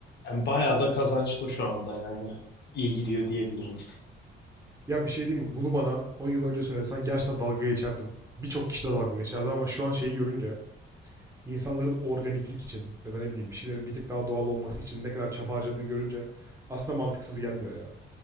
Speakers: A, on the left; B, on the right.
A: Yani bayağı da kazançlı şu anda yani. İyi gidiyor diyebilirim.
B: Ya bir şey diyeyim mi? Bunu bana 10 yıl önce söylesen gerçekten dalga geçerdim. Birçok kişi de dalga geçerdi ama şu an şeyi görünce insanların organiklik için ya da ne bileyim bir şeylerin bir tık daha doğal olması için ne kadar çaba harcadığını görünce aslında mantıksız gelmiyor ya.